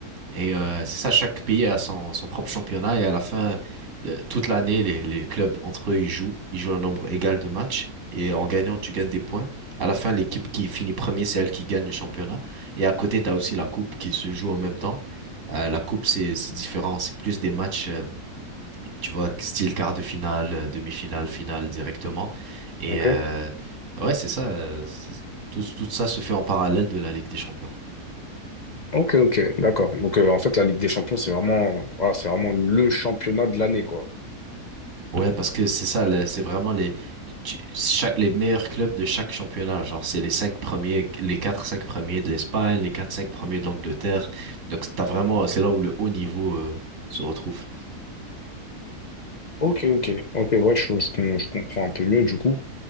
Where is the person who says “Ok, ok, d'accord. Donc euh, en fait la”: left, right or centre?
Left